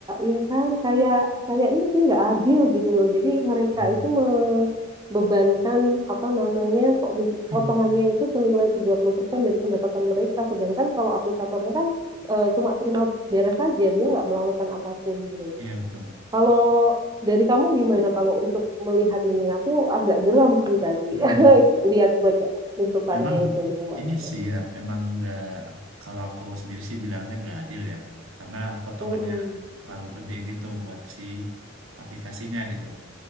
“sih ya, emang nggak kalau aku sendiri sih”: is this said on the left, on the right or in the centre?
Right